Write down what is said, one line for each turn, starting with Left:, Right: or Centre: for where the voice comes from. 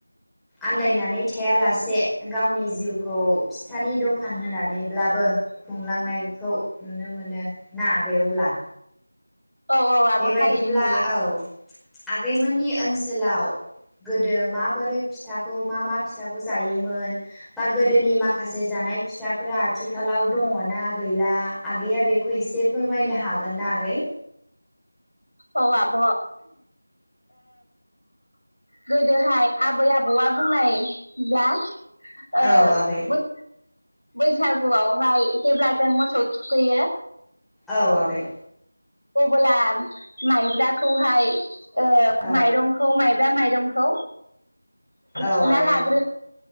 Centre: आन्दायनानै थायालासे गावनि जिउखौ फिथानि दखान होनानैब्लाबो खुंलांनायखौ नुनो मोनो ना गै अब्ला
Left: औ औ आब'
Centre: बेबायदिब्ला
Left: थारैनो नुयो
Centre: औ आगैमोननि ओनसोल सोलाव गोदो माबोरै फिथाखौ मा मा फिथाखौ जायोमोन बा गोदोनि माखासे जानाय फिथाफोरा आथिखालाव दङना गैला आगैया बेखौ एसे फोरमायनो हागोनना आगै।
Left: औ आब' गोदोहाय आबै आबौआ बुंनायब्ला ओ
Centre: औ आगै
Left: बै बैसागुआव जेब्ला जों मोसौ थुखैयो
Centre: औ आगै
Left: अब्ला माइब्राखौहाय ओ
Centre: औ
Left: माइरंखौ माइ जा माइरंखौ
Centre: औ
Left: सुना
Centre: आगै
Left: लाग्रो
Centre: औ